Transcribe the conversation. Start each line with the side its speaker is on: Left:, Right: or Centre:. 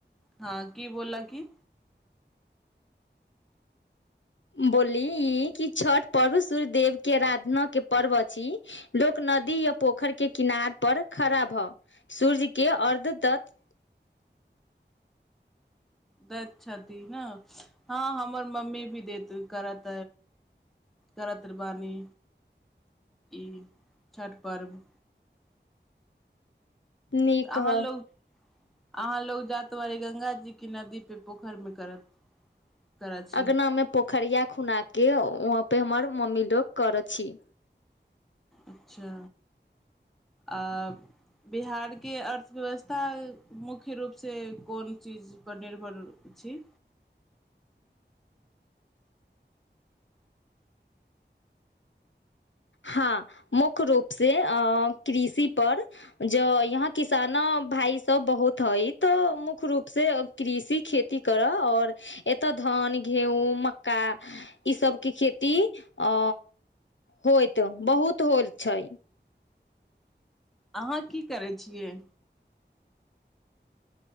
Centre: हँ की बोलल की।
Left: बोलली ई कि छठ पर्व सूर्य देव के आराधना के पर्व अछि लोक नदी या पोखर के किनार पर खड़ा भ सूर्य के अर्ध तत।
Centre: दैत छथिन ने हँ हमर मम्मी भी देैत करत करत बानी ई छठ पर्व।
Left: नीक
Centre: तऽ अहाँ
Left: ह।
Centre: लोग अहाँ लग जातआारी गंगा जी के नदी पे पोखर मे करत। करैत छी
Left: अंगगना में पोखरिया खुना के वहाँ पे हमर। ममीलोग कर छी।
Centre: अच्छा आ बिहार के अर्थव्यवस्था मुख्य रूपसँ कोन चीजपर निर्भर छै।
Left: हँ मुख्य रूपसँ कृषिपर जँ यहाँ किसान भायसभ बहुत हइ तऽ मुख्य रूपसँ कृषि खेती करय आओर एतय धान गेहूँ मक्का ईसभके खेती अ। होइत बहुत होल छै।
Centre: अहाँ की करै छियै।